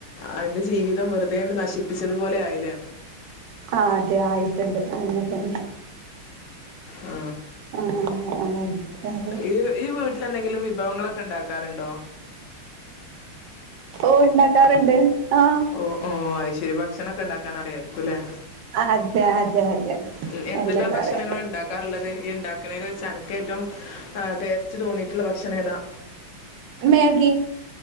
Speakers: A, on the left; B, on the right.
A: അതിന്റെ ജീവിതം വെറുതേണ്ട് നശിപ്പിച്ചതുപോലെ ആയില്ലേ
B: ആഹ് അതെ ആയിട്ട്ണ്ട് അങ്ങൻ തന്നെ
A: ആ,
B: ആഹ് ന
A: ഇയ്യ് ഈ വീട്ടിലെന്തെങ്കിലും വിഭവങ്ങളൊക്കെ ഇണ്ടാ ക്കാറ്ണ്ടോ
B: ഓഹ് ഇണ്ടാക്കാറ്ണ്ട് ആഹ്
A: ഓ ഓ അത് ശരി ഭക്ഷണ ഒക്കെ ഉണ്ടാക്കാൻ അറിയായിരിക്കുംല്ലേ
B: ആ ഹദേ ഹദേ ഹദേ
A: ഉം എന്തെല്ലാം
B: എല്ലൊക്കെ
A: ഭക്ഷണങ്ങളാ
B: അറിയാം
A: ഉണ്ടാക്കാറുള്ളത് ഈ ഇണ്ടാക്ക്ണേല് വെച്ച് അനക്ക് ഏറ്റവും ആ ടേസ്റ്റ് തോന്നിയിട്ട്ള്ള ഭക്ഷണേതാ
B: മേഗി